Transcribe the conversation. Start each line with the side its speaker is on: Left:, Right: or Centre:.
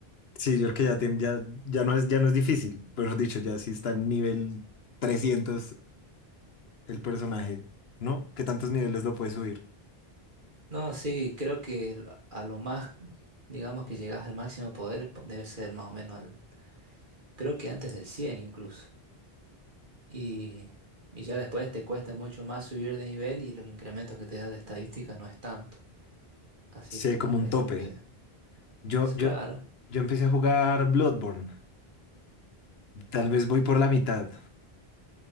Left: Sí, yo creo que ya, tiene- ya, ya no es, ya no es difícil, pero dicho, ya sí está en nivel 300 el personaje, ¿no? ¿Qué tantos niveles lo puede subir?
Right: No, sí, creo que el- a lo más, digamos que llegas al máximo poder, po- debe ser más o menos al, creo que antes del 100 incluso. Y, y ya después te cuesta mucho más subir de nivel y los incrementos que te da de estadística no es tanto. Así
Left: Sí,
Right: que
Left: hay
Right: no,
Left: como un
Right: es
Left: tope.
Right: como que,
Left: Yo,
Right: es claro.
Left: yo, yo empecé a jugar Bloodborne. Tal vez voy por la mitad.